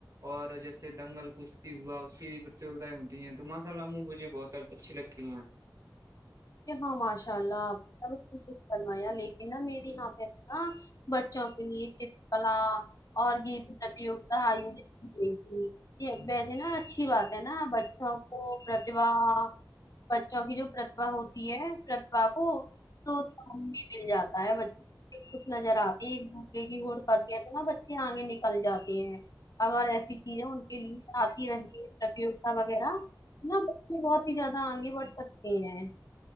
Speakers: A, on the right; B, on the left.
A: اور جیسے دنگل کشتی ہوا اس کی بھی پرتیوگائیں ہوتی ہیں تو ماشا اللہاموں مجھے بہت اچھی لگتی ہیں
B: ہاں ماشاء اللہ آپ کروایا لیکن نا میری یہاں پہ نا بچوں کے لیے چترکلا اور گیت پرتیوگتا آیوجت کر گئی تھی یہ ویسے نا اچھی بات ہے نا بچوں کو پرتیھا بچوں کی جو ہوتی ہے پرتھا کو پروساہن بھی مل جاتا ہے کچھ نظر آتے ایک دوسرے کی ہوڑ کر د ہیں تو نا بچے آگے نکل جاتے ہیں اگر ایسی چیزیں ان کے لیے آتی رہیے پرتیوگتا وغیرہ نہ بچے بہت ہی زیادہ آگے بڑھ سکتی ہیں